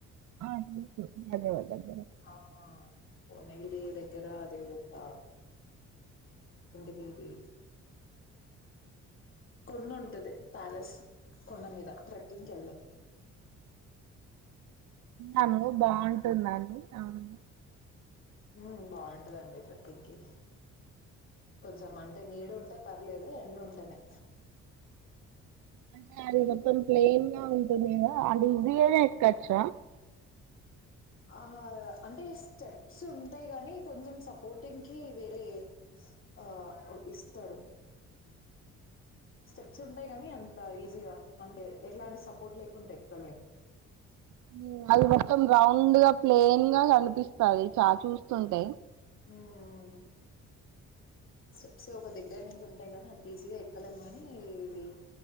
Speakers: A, on the right; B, on the left.
A: ఆ తెలుసు ధన్యవాదాలు
B: అవునా పోన ఎగిది దగ్గర అది ఒక ఏంటిది ఇది కొండ ఉంటది, ప్యాలెస్ కొండ మీద ట్రెక్కింగ్కి కేళ్.
A: అను బాగుంటుందా అండి అవును
B: హ్మ్ బాగుంటదండి ట్రెక్కింగ్కి కొంచెం అంటే నీడు ఉంటే పర్లేదు ఎండ ఉంటనే
A: అంటే అదేవర్తోన్ ప్లేన్ గా ఉన్ అంటే ఇది ఏద ఎక్కచ్చా
B: ఆ హా అంటే స్టెప్స్ ఉంటాయి గానీ కొంచెం సపోర్టింగ్కి వేరే ఆ ఇస్తారు స్టెప్స్ ఉంటాయి కానీ అంత ఈజీగా, అంటే ఎట్లా అంటే సపోర్ట్ లేకుంటే ఎక్కలేము
A: ఇగ అది మొత్తం రౌండ్ గా ప్లెయిన్ గా కనిపిస్తాది చా చూస్తుంటే
B: హ్ ఆది స్టెప్స్ ఒక దగ్గర నుంచి ఉంటాయి గాని అది అంత ఈజీగా ఎక్కలేము కాని ఇవి